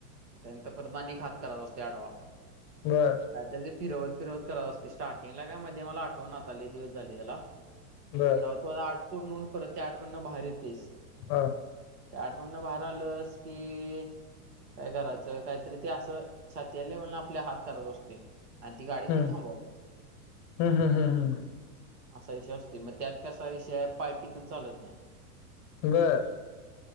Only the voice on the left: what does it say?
बरं!
बर
हा!
हम्म
हम्म हम्म हम्म
बरं